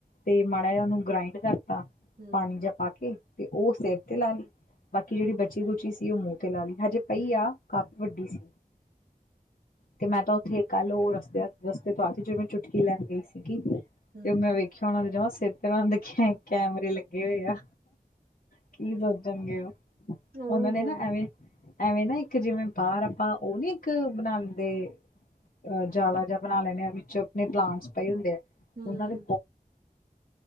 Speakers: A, on the left (about 70°); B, on the right (about 85°).
A: ਤੇ ਮਾੜਾ ਜਾ ਉਹਨੂੰ ਗ੍ਰਾਇੰਡ ਕਰਤਾ
B: ਹੂੰ
A: ਪਾਣੀ ਜਾਂ ਪਾ ਕੇ ਤੇ ਉਹ ਸਿਰ ਤੇ ਲਾ ਲਈ। ਬਾਕੀ ਜਿਹੜੀ ਬਚੀ ਗੁਚੀ ਸੀ ਉਹ ਮੂੰਹ ਤੇ ਲਾ ਲਈ ਹਜੇ ਪਈ ਆ ਕਾਫ਼ੀ ਵੱਡੀ ਸੀ। ਤੇ ਮੈਂ ਤਾਂ ਉੱਥੇ ਕੱਲ ਉਹ ਰਸਤੇ ਰਸਤੇ ਤੋਂ ਆ ਸੀ ਜ ਮੈਂ ਚੁਟਕੀ ਲੈਣ ਗਈ ਸੀਗੀ।
B: ਹੂੰ
A: ਤੇ ਮੈਂ ਵੇਖਿਆ ਉਹਨਾ ਦੇ ਜਮਾ ਉਹ ਮੈ ਵੇਖਿਆ ਕੈਮਰੇ ਲੱਗੇ ਹੋਏ ਆ ਕੀ ਸੋਚਣਗੇ ਉਹ
B: ਉਹ
A: ਉਹਨਾਂ ਨੇ
B: ਹੋ
A: ਨਾ ਐਵੇਂ ਐਵੇਂ ਨਾ ਇੱਕ ਜਿਵੇਂ ਬਾਰ ਉਹ ਨੀ ਇੱਕ ਬਣਾਦੇ ਅ ਜਾਲਾ ਜਾ ਬਣਾ ਲੈਂਦੇ ਆ ਵਿੱਚ ਆਪਣੇ ਪਲਾਂਟਸ ਪਏ ਹੁੰਦੇ ਆ।
B: ਹੂੰ
A: ਉਹਨਾਂ ਦੇ